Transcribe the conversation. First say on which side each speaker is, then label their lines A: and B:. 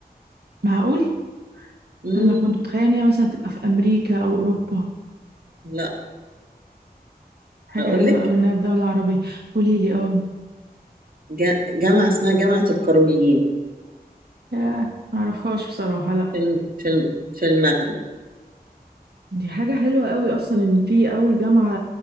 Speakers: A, on the right (about 80°); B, on the right (about 60°).
A: معقول؟
B: امم
A: أنا كنت متخيلة إن هي مثلا تبقى في أمريكا أو أوروبا
B: لا
A: حاجة
B: اقول
A: حلوة
B: لك
A: أوي إنها في دولة عربية قوليلي اه
B: ج- جامعة اسمها جامعة القرويين
A: ياه، معرفهاش بصراحة لأ
B: في الم- في الم- في المغرب
A: دي حاجة حلوة أوي أصلا إن في أول جامعة